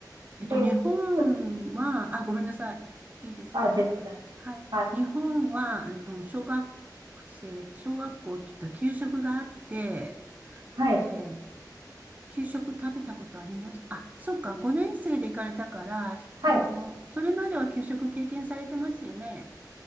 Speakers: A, on the right; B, on the right.
A: えっと、
B: ん。で、
A: 日本は、
B: うん
A: あ、ごめんなさい。いいですか。
B: あ、全然大丈夫です。
A: はい。
B: はい。
A: 日本は、あの、小学生、小学校って言ったら給食があって、
B: はい。
A: で、給食食べたことありますあ、そっか、5年生で行かれたから、
B: はい。
A: あの、それまでは給食経験されてますよね。